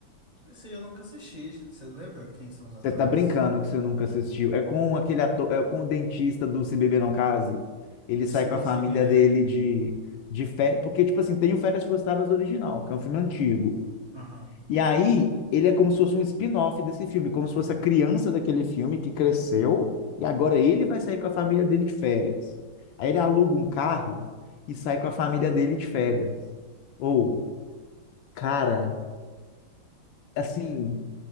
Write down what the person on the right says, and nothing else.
esse aí eu nunca assisti, você lembra quem são os atores?
Sim,
sei quem é,
aham,